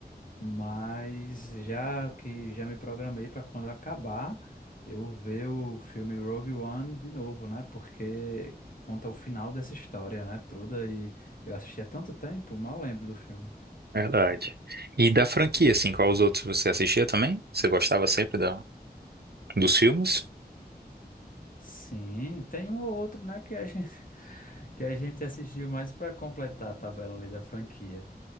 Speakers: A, on the left; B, on the right.
A: mas já que já me programei para quando acabar, eu ver o filme Rogue One de novo, né? Porque conta o final dessa história, né? Toda e eu assisti há tanto tempo, mal lembro do filme.
B: verdade. E da franquia, assim, qual os outros você assistia também? Você gostava sempre da, dos filmes?
A: Sim, tem um ou outro, né, que a gente, <laughs> que a gente assistiu mais para completar a tabela ali da franquia.